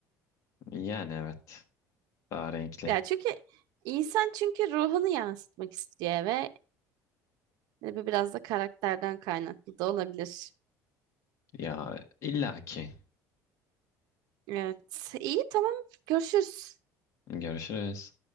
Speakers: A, on the left (about 50°); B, on the right (about 70°).
A: yani evet daha renkli.
B: Ya çünkü insan çünkü ruhunu yansıtmak istiyor ve e, bu biraz da karakterden kaynaklı da olabilir.
A: Ya illaki.
B: Evet. İyi tamam. Görüşürüz.
A: Görüşürüz.